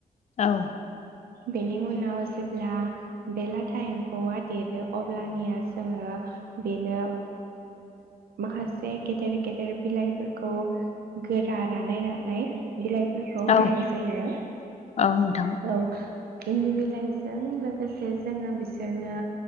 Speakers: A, on the left; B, on the right.
A: औ
B: बेनि उनाव जेब्ला बे लाथा एम्फौआ देरो अब्ला निया जोंङो बेनो माखासे गेदेर गेदेर बिलाइफोरखौ गोरा रानाय रानाय बिलाइफोरखौ
A: औ
B: होनाय जायो,
A: औ नोंथां
B: औ इन्दि बिलाइजों लोगोसे जोंङो बिसोरनो